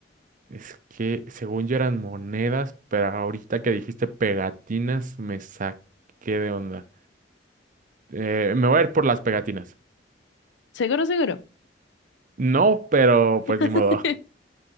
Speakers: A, on the right; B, on the left.
A: Es que según yo eran monedas, pero ahorita que dijiste pegatinas me saqué de onda. Eh, me voy a ir por las pegatinas.
B: Seguro, seguro.
A: No, pero pues ni
B: <laughs>
A: modo.